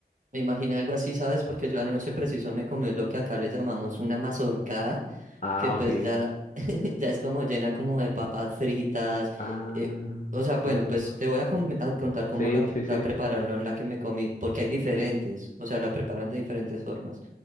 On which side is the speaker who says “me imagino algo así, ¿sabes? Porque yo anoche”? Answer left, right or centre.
Right